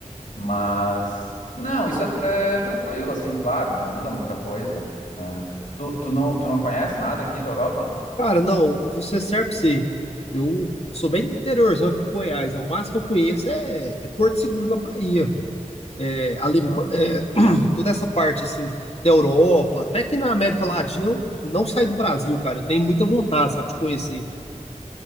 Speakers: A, on the left; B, on the left.
A: Mas, não, isso é tra- tranquilo, assim, claro, muda muita coisa, né? Tu, tu não, tu não conhece nada aqui da Europa?
B: Cara, não, você serve pra você. Eu sou bem interiorzão aqui do Goiás, né? O máximo que eu conheço é, é Porto Seguro, na Bahia. é, Alema,
A: Ah.
B: é, <clears throat> toda essa parte assim da Europa, até que na América Latina eu não saí do Brasil, cara. Eu tenho muita vontade, sabe, de conhecer.